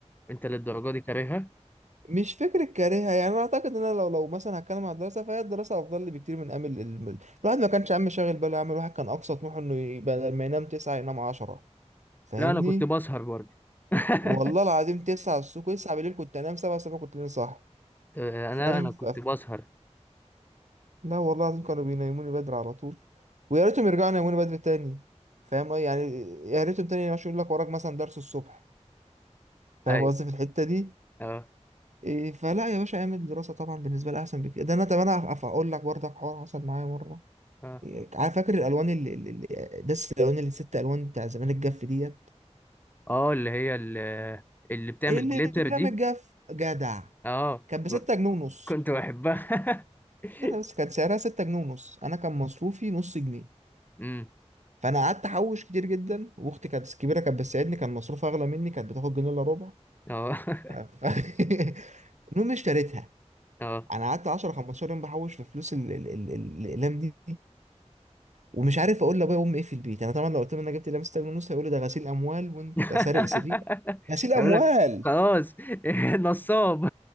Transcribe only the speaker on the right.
مش فكرة كارهها يعني أنا أعتقد إن أنا لو لو مثلا هتكلم عن الدراسة فهي الدراسة أفضل لي بكتير من أمل الم- الواحد ما كانش عم شاغل باله يعمل واحد كان أقصى طموحه إنه يبقى لما ينام تسعة ينام عشرة فاهمني؟
والله العظيم تسعة الصبح تسعة بالليل كنت أنام سبعة الصبح كنت لين صاحي
فاهم؟
ف...
لا والله العظيم كانوا بينيموني بدري على طول ويا ريتهم يرجعوا ينيموني بدري تاني فاهم يعني يا ريتهم تاني مش يقول لك وراك مثلا درس الصبح فاهم
قصدي في الحتة دي؟
إيه، فلا يا باشا اعمل دراسة طبعا بالنسبة لي أحسن بكتير ده أنا طب أنا هف- هقول لك برضك حوار حصل معايا مرة
إيه، عارف فاكر الألوان اللي اللي- اللي- دس الألوان اللي ست ألوان بتاع زمان الجاف ديت
إيه اللي
رمى الجاف جدع
كان بستة
جنيه ونص
استنى بس كان سعرها ستة جنيه ونص أنا كان مصروفي نص جنيه
فأنا قعدت أحوش كتير جدا وأختي كانت كبيرة كانت بتساعدني كان مصروفها أغلى مني كانت بتاخد جنيه إلا ربع
ف... ف- <laughs> المهم اشتريتها
انا قعدت 10 15 يوم بحوش في فلوس ال- ال- ال- ال- الاقلام دي ومش عارف اقول لابويا وامي ايه في البيت انا طبعا لو قلت لهم انا جبت لمسة جنيه ونص هيقولوا ده غسيل اموال وانت
سارق سرير غسيل اموال